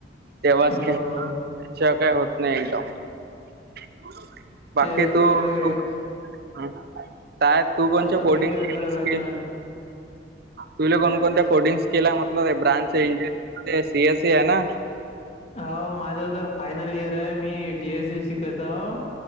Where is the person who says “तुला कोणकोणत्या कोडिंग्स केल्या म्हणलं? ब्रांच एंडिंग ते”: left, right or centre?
Right